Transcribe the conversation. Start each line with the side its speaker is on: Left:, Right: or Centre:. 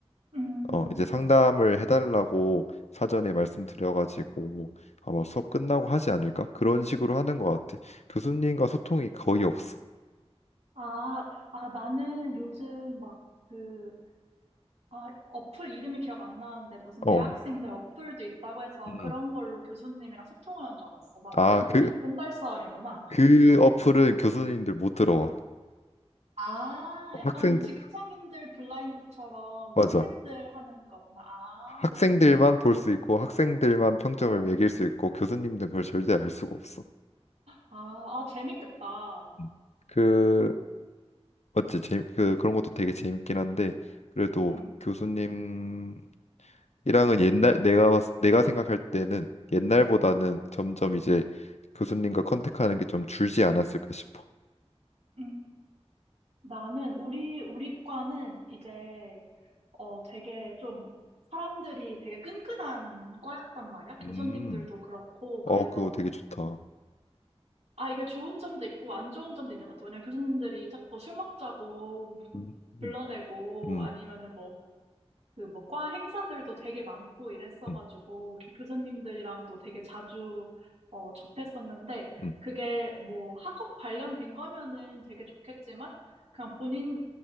Right: 응.
Left: 어, 이제 상담을 해달라고 사전에 말씀드려가지고 아마 수업 끝나고 하지 않을까? 그런 식으로 하는 것 같아. 교수님과 소통이 거의 없어.
Right: 아, 아, 나는 요즘 막 그, 아, 어플 이름이 기억 안 나는데 무슨
Left: 어.
Right: 대학생들 어플도 있다고 해서
Left: 음.
Right: 그런 걸로 교수님이랑 소통을 한 줄 알았어. 나 완전
Left: 아,
Right: <laughs>
Left: 그,
Right: 옛날 사람이구나.
Left: 그 어플은 교수님들 못 들어와.
Right: 아, 약간
Left: 학생들,
Right: 직장인들 블라인드처럼
Left: 맞아.
Right: 학생들 하는 거구나. 아,
Left: 학생들만 볼 수 있고 학생들만 평점을
Right: 어.
Left: 매길 수 있고 교수님들은 그걸 절대 알 수가 없어.
Right: 아, 아, 재밌겠다.
Left: 음. 그, 맞지? 재미, 그, 그런 것도 되게 재밌긴 한데 그래도
Right: 음,
Left: 교수님 이랑은 옛날 내가 봤, 내가 생각할 때는 옛날보다는 점점 이제 교수님과 컨택하는 게 좀 줄지 않았을까 싶어.
Right: 음. 나는 우리 우리 과는 이제 어 되게 좀 사람들이 되게 끈끈한 과였단 말이야. 교수님들도
Left: 음,
Right: 그렇고 그래서
Left: 어, 그거 되게 좋다.
Right: 아 이게 좋은 점도 있고 안 좋은 점도 있는 것 같아. 왜냐면 교수님들이 자꾸 술 먹자고 <laughs>
Left: 음, 음,
Right: 불러내고
Left: 음,
Right: 아니면은 뭐 그 뭐 과 행사들도 되게 많고 이랬어가지고
Left: 음,
Right: 교- 교수님들이랑도 되게 자주 어, 접했었는데
Left: 음,
Right: 그게 뭐 학업 관련된 거면은 되게 좋겠지만 그냥 본인